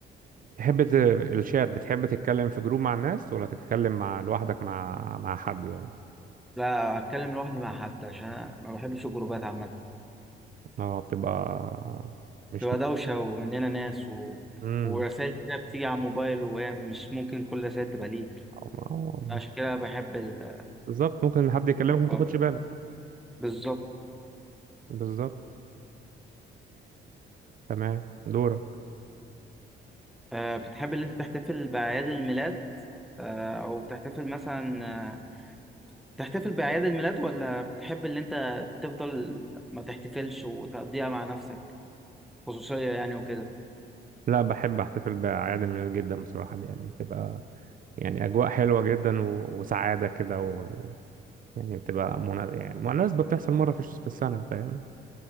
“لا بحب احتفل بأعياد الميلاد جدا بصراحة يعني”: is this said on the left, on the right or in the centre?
Right